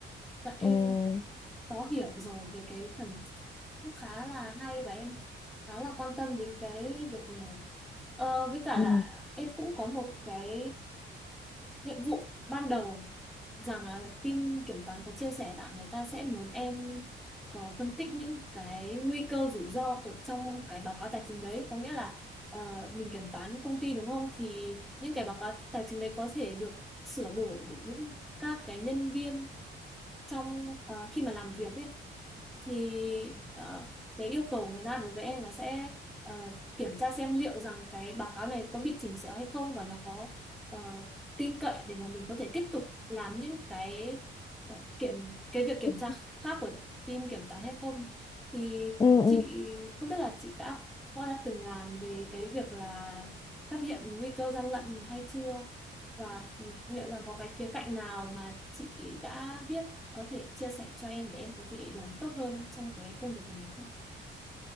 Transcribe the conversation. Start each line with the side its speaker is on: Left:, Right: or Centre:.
Centre: Dạ em
Left: Ừm.
Centre: có hiểu rồi về cái phần cũng khá là hay và em khá là quan tâm đến cái việc này ờ, với cả
Left: Ừ.
Centre: là em cũng có một cái nhiệm vụ ban đầu rằng là team kiểm toán có chia sẻ là người ta sẽ muốn em ờ, phân tích những cái nguy cơ rủi ro ở trong cái báo cáo tài chính đấy có nghĩa là ờ, mình kiểm toán công ty đúng không thì những cái báo cáo tài chính đấy có thể được sửa đổi bởi những các cái nhân viên trong ờ, khi mà làm việc ấy thì ờ, cái yêu cầu người ta đối với em là sẽ ờ, kiểm tra xem liệu rằng cái báo cáo này có bị chỉnh sửa hay không và nó có ờ, tin cậy để mà mình có thể tiếp tục làm những cái ờ, kiểm cái việc kiểm
Left: Ừ.
Centre: tra khác của team kiểm toán hay không thì
Left: Ừ.
Centre: chị
Left: Ừ.
Centre: không biết là chị đã có đã từng làm về cái việc là phát hiện nguy cơ gian lận hay chưa và liệu rằng có cái khía cạnh nào mà chị đã biết có thể chia sẻ cho em để em có thể làm tốt hơn trong cái công việc này không?